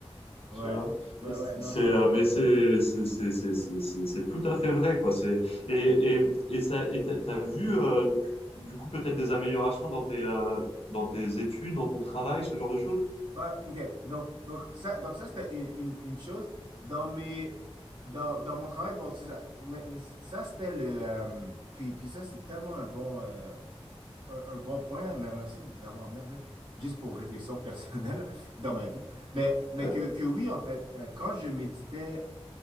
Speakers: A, on the right; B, on the left.
A: Ouais.
B: Tu vois?
A: Ouais,
B: Et c-
A: ouais, non,
B: C'est,
A: Cent
B: euh,
A: pour cent.
B: mais c'est, c'est, c'est, c'est, c'est, c'est c'est tout à fait vrai, quoi. C'est, et, et, et ça, et t'as, t'as vu, euh, donc, du coup, peut-être des améliorations dans tes, euh, dans tes études, dans ton travail, ce genre de choses?
A: Bah, ok. Donc, donc ça, donc ça c'était une, une, une chose. Dans mes, dans, dans mon travail, bon, c'est ça. Mais, ça, c'était le... euh, puis, puis ça, c'est tellement un bon... euh, Un, un bon point, mais merci de l'avoir amené en fait, juste pour réflexion personnelle <laughs> dans ma vie. Mais, mais
B: Euh,
A: que, que oui, en fait, euh, quand je méditais